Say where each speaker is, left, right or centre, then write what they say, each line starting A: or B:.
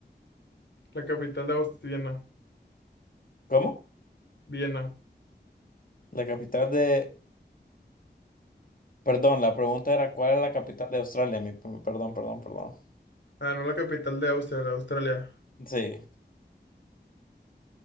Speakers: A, on the left (about 90°); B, on the left (about 50°).
A: La capital de Austria, Viena.
B: ¿Cómo?
A: Viena.
B: La capital de... Perdón, la pregunta era ¿cuál es la capital de Australia? Mi... Perdón, perdón, perdón.
A: Ah, no, la capital de Austria, la de Australia.
B: Sí.